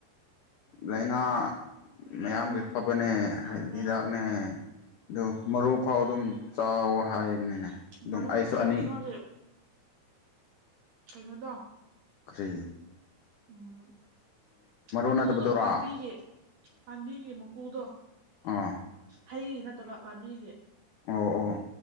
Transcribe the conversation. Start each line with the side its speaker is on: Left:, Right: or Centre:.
Left: ꯂꯥꯏꯅꯥ ꯃꯌꯥꯝꯒꯤ
Right: ꯎꯝ
Left: ꯐꯕꯅꯦꯗꯤ
Right: ꯐꯕꯅꯦ
Left: ꯍꯤꯗꯥꯛꯅꯦ ꯑꯗꯨ ꯃꯔꯨ ꯐꯥꯎ ꯑꯗꯨꯝ ꯆꯥꯎ ꯍꯥꯏꯕꯅꯤꯅꯦ ꯑꯗꯨꯝ
Right: ꯃꯔꯨ
Left: ꯑꯩꯁꯨ
Right: ꯑꯇ
Left: ꯑꯅꯤ
Right: ꯃꯥꯒꯤ ꯀꯩꯅꯣꯗꯣ
Left: ꯇꯔꯤ
Right: ꯎꯝ ꯃꯀꯨꯗꯣ
Left: ꯅꯠꯇꯕꯗꯨꯔꯣ
Right: ꯄꯥꯝꯕꯤꯒꯦ
Left: ꯑꯣ
Right: ꯄꯥꯕꯤꯒ ꯃꯀꯨꯗꯣ
Left: ꯑꯥ
Right: ꯍꯩ ꯅꯠꯇꯕ ꯄꯥꯝꯕꯤꯒꯤ
Left: ꯑꯣ ꯑꯣ